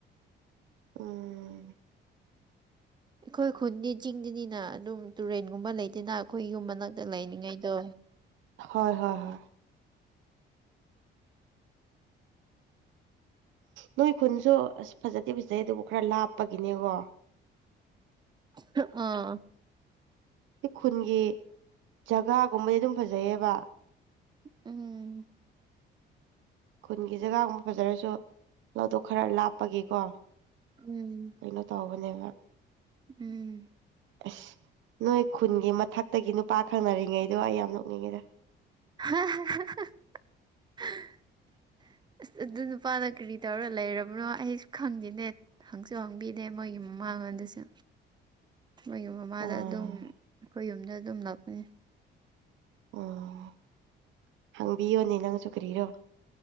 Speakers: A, on the right (about 85°); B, on the right (about 25°).
A: ꯎꯝ
B: ꯑꯩꯈꯣꯏ ꯈꯨꯟꯗꯤ ꯆꯤꯡꯗꯅꯤꯅ ꯑꯗꯨꯝ ꯇꯨꯔꯦꯟꯒꯨꯝꯕ ꯂꯩꯗꯅ ꯑꯩꯈꯣꯏ ꯌꯨꯝ ꯃꯅꯥꯛꯇ ꯂꯩꯅꯤꯡꯉꯩꯗꯣ
A: ꯍꯣꯏ ꯍꯣꯏ ꯍꯣꯏ ꯅꯣꯏ ꯈꯨꯟꯁꯨ ꯑꯁ ꯐꯖꯗꯦ ꯐꯖꯩ ꯑꯗꯨꯕꯨ ꯈꯔ ꯂꯥꯞꯄꯒꯤꯅꯦꯀꯣ
B: ꯑ
A: ꯁꯤ ꯈꯨꯟꯒꯤ ꯖꯒꯥꯒꯨꯝꯕꯗꯤ ꯑꯗꯨꯝ ꯐꯖꯩꯌꯦꯕ
B: ꯎꯝ
A: ꯈꯨꯟꯒꯤ ꯖꯒꯥꯒꯨꯝꯕ ꯐꯖꯔꯁꯨ ꯂꯧꯊꯣꯛ ꯈꯔ ꯂꯥꯞꯄꯒꯤꯀꯣ
B: ꯎꯝ
A: ꯀꯩꯅꯣ ꯇꯧꯕꯅꯦꯕ
B: ꯎꯝ
A: ꯑꯁ ꯅꯣꯏ ꯈꯨꯟꯒꯤ ꯃꯊꯛꯇꯒꯤ ꯅꯨꯄꯥ ꯈꯪꯅꯔꯤꯉꯩꯗꯣ ꯑꯩ ꯌꯥꯝ ꯅꯣꯛꯅꯤꯡꯉꯤꯗ
B: <unintelligible>
A: <unintelligible>
B: ꯑꯁ ꯑꯗꯨ ꯅꯨꯄꯥꯅ ꯀꯔꯤ ꯇꯧꯔ ꯂꯩꯔꯕꯅꯣ ꯑꯩꯁꯨ ꯈꯪꯗꯦꯅꯦ ꯍꯪꯁꯨ ꯍꯥꯡꯕꯤꯗꯦ ꯃꯣꯏꯒꯤ ꯃꯃꯥꯡꯉꯣꯟꯗꯁꯨ ꯃꯣꯏꯒꯤ ꯃꯃꯥꯗ
A: ꯑꯥ
B: ꯑꯗꯨꯝ ꯑꯩꯈꯣꯏ ꯌꯨꯝꯗ ꯑꯗꯨꯝ ꯂꯥꯛꯄꯅꯤ
A: ꯎꯝ ꯍꯪꯕꯤꯌꯣꯅꯦ ꯅꯪꯁꯨꯨ ꯀ꯭ꯔꯤꯔꯣ